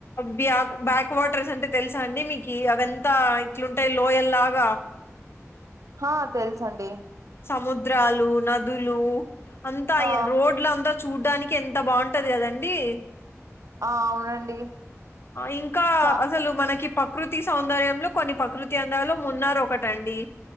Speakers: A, on the left; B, on the right.
A: బ్యా బ్యా కోటర్స్ అంటే తెలుసా అండి మీకు అయంతా ఇట్లుంటాయి లోయల్ లాగా
B: ఆ తెలుసండి
A: సముద్రాలు నదులు అంతా
B: ఆ
A: రోడ్లు అంతా చూడ్డానికి ఎంత బాగుంటది కదండీ
B: ఆ అవునండి
A: ఇంకా
B: చా
A: అసలు మనకి ప్రకృతి సౌందర్యంలో కొన్ని ప్రకృతి అందాలు మున్నారు ఒకటండి